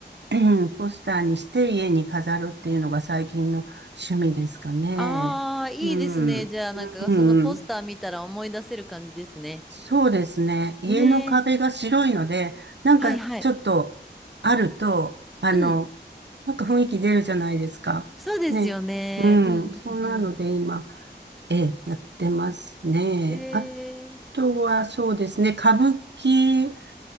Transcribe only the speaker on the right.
<clears throat> ポスターにして家に飾るっていうのが最近の趣味ですかね。
うん。
うん。
そうですね。家の壁が白いので、
なんかちょっとあると、
あの、
なんか雰囲気出るじゃないですか。
ね。うん。
そんなので今、ええ、やってますね。
あ
とはそうですね。歌舞伎、